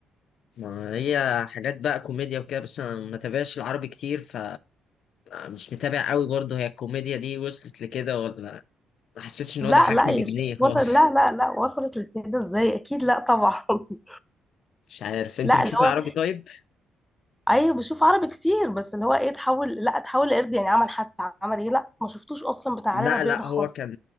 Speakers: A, on the left (about 65°); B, in the centre.
A: ما هي حاجات بقى كوميديا وكده بس انا ما تابعش العربي كتير ف مش متابع قوي برضه هي الكوميديا دي وصلت لكده ولا ما حسيتش ان
B: لا
A: هو ضحكني
B: لا يا
A: بجنيه
B: شيخ
A: خالص
B: وصل لا لا لا وصلت لكده ازاي اكيد لا طبعا <laughs>
A: مش عارف انت
B: لا
A: بتشوفي
B: اللي هو
A: عربي طيب
B: ايوه بشوف عربي كتير بس اللي هو ايه اتحول لا اتحول لقرد يعني عمل حادثه عمل ايه لا ما شفتوش اصلا بتاع
A: لا
B: علي ربيع
A: لا
B: ده خالص
A: هو كان